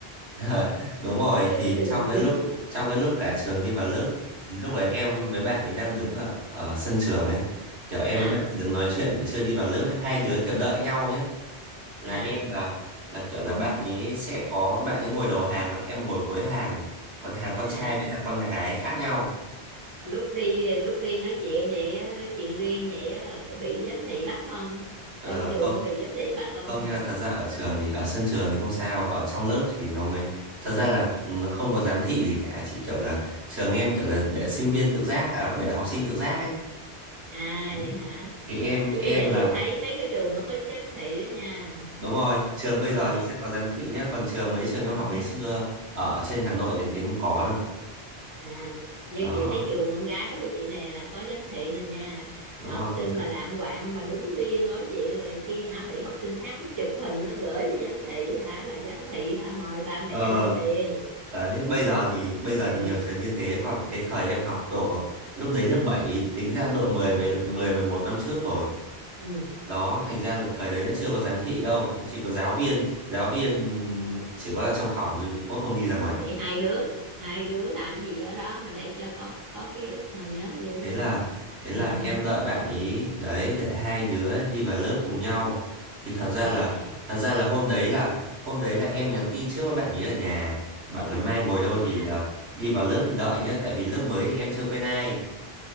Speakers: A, on the right; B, on the right.
A: <laughs> đúng rồi
B: <laughs>
A: thì trong cái lúc trong cái lúc cả trường đi vào lớp thì lúc ấy em với bạn ấy đang đứng ở, ở sân trường ấy kiểu em
B: à
A: với bạn ấy đứng nói chuyện để chưa đi vào lớp ấy hai đứa kiểu đợi nhau nhá là
B: à
A: em là là kiểu là bạn ấy sẽ có bạn ấy ngồi đầu hàng còn em ngồi cuối hàng còn hàng con
B: à
A: trai với hàng con gái khác nhau
B: lúc đi lúc đi nói chuyện vậy á nói chuyện riêng vậy á rồi có bị giám thị bắt không
A: ờ
B: trong trường
A: không
B: có bị giám thị bắt không
A: Không nha, thật ra ở trường thì ở sân trường thì không sao, ở trong lớp thì nó mới thật ra là ừ, không có giám thị gì cả, chỉ kiểu là trường em kiểu là để sinh viên tự giác à để học sinh tự giác ấy.
B: à
A: Đấy.
B: vậy hả
A: Thì em
B: chứ
A: em
B: bây giờ
A: là
B: chị thấy mấy cái trường nó có giám thị đó nha
A: đúng rồi, trường bây giờ
B: ờ
A: thì sẽ có giám thị nhá, còn trường mấy trường em
B: ừ.
A: học ngày xưa ở trên Hà Nội này thì không có đâu.
B: à như
A: Đó,
B: chị thấy trường con gái của chị nè là có giám thị nè nha
A: đúng
B: học
A: rồi
B: sinh
A: có giám.
B: mà lạng quạng mà đứng riêng nói chuyện rồi này kia hả bị học sinh khác nó chụp hình nó gửi cho giám thị hả là giám thị hả mời ba mẹ
A: Ờ
B: lên liền
A: đấy, bây giờ thì bây
B: ừ.
A: giờ thì nhiều trường như thế, còn cái thời em học độ lúc đấy lớp 7 tính ra độ mười
B: Ừ.
A: mười mười mười một năm trước rồi.
B: Ừ.
A: đó thành ra là thời đấy nó chưa có giám thị đâu nó chỉ có giáo viên giáo
B: Ừ.
A: viên chỉ có là trong phòng thôi cũng không đi ra ngoài
B: vậy hai đứa hai đứa làm gì ở đó mà để cho có có ký ức mà nhớ dữ
A: thế
B: vậy?
A: là thế là
B: <laughs>
A: em đợi bạn ý đấy để hai đứa đi vào lớp cùng nhau thì thật ra
B: à
A: là thật ra là hôm đấy là hôm đấy là em nhắn tin trước với bạn ý ở nhà bảo là mai ngồi đâu
B: à
A: thì à, đi vào lớp thì đợi nhá tại vì lớp mới thì em chưa quen ai